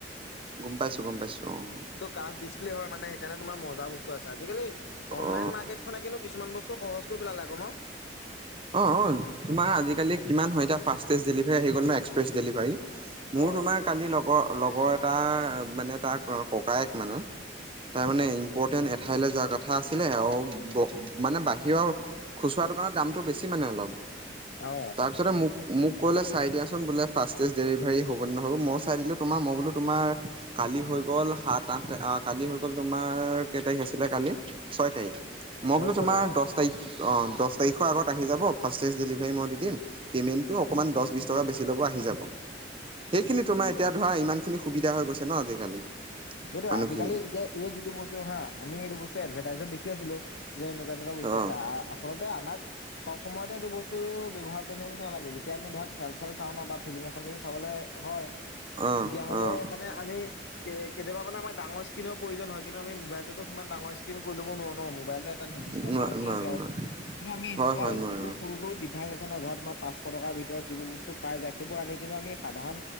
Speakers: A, on the right (about 30°); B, on the left (about 75°).
A: গম পাইছো, গম পাইছো অঁ।
B: কাফ ডিচপ্লে হয় মানে, সেইকাণে তোমাৰ মজা বস্ত আছে। আজি কালি অনলাইন
A: অ
B: মাৰ্কেট খনে কিন্তু কিছমান বস্তু টো সহজ কৰি পেলালে আক ন?
A: অঁ অঁ তোমাৰ আজিকালি কিমান হয়। এতিয়া ফাষ্টেষ্ট ডেলিভাৰী আহি গ'ল ন এক্সপ্ৰেছ ডেলিভাৰী।
B: অ',
A: মোৰ তোমাৰ কালি লগৰ লগৰ এটাৰ মানে তাৰ ককায়েক মানে তাৰ
B: উম,
A: মানে ইম্পৰ্টেণ্ট এঠাইলে যোৱা কথা আছিলে! আও ব মানে বাহিয়ৰ খুচুৰা দোকানত দামটো বেছি মানে অলপ।
B: অঁ।
A: তাপিছতে মোক মোক ক'লে চাই দিয়াচোন বোলে ফাষ্টেষ্ট ডেলিভাৰী হ'ব নহব। মই চাই দিলো তোমাৰ মই বোলো তোমাৰ কালি হৈ গ'ল সাত-আঠ তা অ কালি হৈ গ'ল তোমাৰ, কেই তাৰিখ আছিলে কালি? ছয় তাৰিখ। মই
B: তাৰপিছত
A: বোলো তোমাৰ
B: আকৌ
A: দশ‌তাৰিখ অ দশ তাৰিখৰ আগত আহি যাব ফাৰ্ষ্টেজ ডেলিভাৰী মই দি দিম পিমেন্টটো অকমান দশ বিশ টকা বেছি লব আহি যাব। সেইখিনি তোমাৰ এতিয়া ধৰা ইমান খিনি সুবিধা হৈ গৈছে ন আজিকালি।
B: সেইটো
A: মানুহখিনি
B: আজিকালি এতিয়া এই যিটো বস্তু হাঁ, আমি এইটো বস্তু এডভাৰ্টাইজত দেখি আছিলো। যে এনেকুৱা একুৱা বচাচা
A: অঁ
B: আচলতে আমাক চব সময়তে এইটো বস্তু ব্যৱহাৰ কৰি থাকিবলৈ নালাগে, যেতিয়া আমি ধৰা খেল-চেল চাওঁ ন বা ফিল্ম এখন যদি চাবলৈ হয়
A: অঁ
B: তেতিয়াহলে
A: অঁ।
B: মানে আমি কে কেতিয়াবামানে আমাক ডাঙস্কিন প্ৰয়োজন হয় কিন্তু আমি মোবাইলতোটো সিমান ডাঙৰ স্কিন কৰি লব নোৱাৰো ন মোবাইলটোৱে টা নিৰ্দিষ্ট
A: নোৱাৰ
B: চাইৰ্জে
A: নোৱাৰো
B: আছে আও
A: নোৱাৰো
B: কিনো আমি এনেকুৱা
A: হয় হয় নোৱাৰো
B: যিবোৰ সৰু সৰু ডিভাইচ আছে ন ধৰা তোমাৰ পাঁচশ টকাৰ ভিতৰত যিবোৰ বস্তু পাই যায় সেইবোৰ আনি কিনেও আমি সাধাৰণ